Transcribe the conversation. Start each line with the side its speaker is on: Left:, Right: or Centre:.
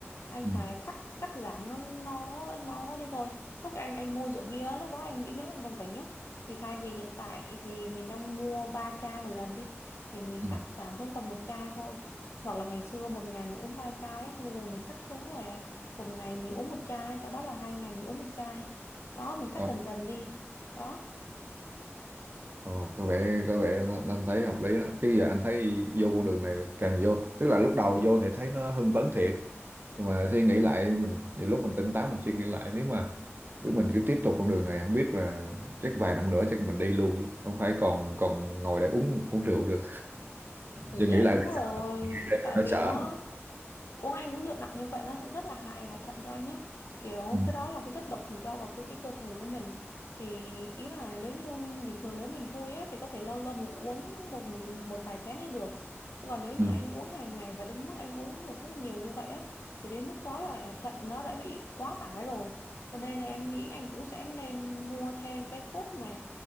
Left: anh
Right: ừ.
Left: phải cắt cắt giảm nó nó nó đi thôi. Lúc anh anh mua rượu bia lúc đó em nghĩ nếu anh còn tỉnh nhá thì thay vì hiện tại thì mình đang mua ba chai một lần đi thì mình
Right: ừ.
Left: cắt giảm xuống còn một chai thôi. Hoặc là ngày xưa một ngày mình uống ba chai á thì bây giờ mình cắt xuống là một ngày mình uống một chai, sau đó là hai ngày mình uống một chai. Đó mình cắt
Right: Ờ,
Left: dần dần đi. Đó.
Right: Ồ, có vẻ có vẻ anh thấy hợp lý đó chứ giờ anh thấy vô con đường này càng vô tức là lúc đầu vô thì thấy nó hưng phấn thiệt nhưng mà suy nghĩ lại mình nhiều lúc mình tỉnh táo mình suy nghĩ lại nếu mà cứ mình cứ tiếp tục con đường này không biết là chắc vài năm nữa chắc mình đi luôn chứ không phải còn còn ngồi đây uống uống rượu được
Left: Dạ
Right: giờ nghĩ lại
Left: đúng rồi,
Right: thì
Left: tại
Right: đã
Left: vì
Right: sợ
Left: nó uống anh uống rượu nặng như vậy nó sẽ rất là hại hại thận cho anh nhé. kiểu
Right: Ừ.
Left: cái đó là cái chất độc mình cho vào cơ cái cơ thể của mình thì ý là nếu như bình thường nếu mình vui á thì có thể lâu lâu mình uống một một một vài chén đi được còn nếu như
Right: ừ.
Left: anh uống hàng ngày và đến mức anh uống một mức nhiều như vậy á thì đến mức đó là thận nó đã bị quá tải rồi cho nên là em nghĩ anh cũng sẽ nên mua thêm cái thuốc mà